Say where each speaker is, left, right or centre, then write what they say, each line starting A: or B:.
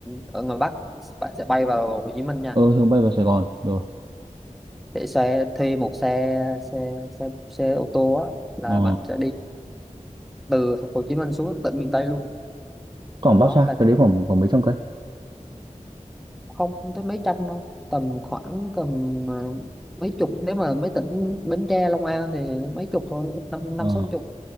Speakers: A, in the centre; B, on the right.
A: ở ngoài Bắc bạn sẽ bay vào Hồ Chí Minh nha
B: ờ thường bay vào Sài Gòn rồi
A: sẽ xe thuê một xe xe xe xe ô tô á là
B: ờ
A: bạn sẽ đi từ Hồ Chí Minh xuống tận miền Tây luôn
B: khoảng
A: đó
B: bao xa
A: là
B: cái đấy khoảng khoảng mấy trăm cây
A: không không tới mấy trăm đâu tầm khoảng tầm ờ, mấy chục nếu mà mấy tỉnh Bến Tre Long An thì mấy chục thôi năm năm
B: Ờ,
A: sáu chục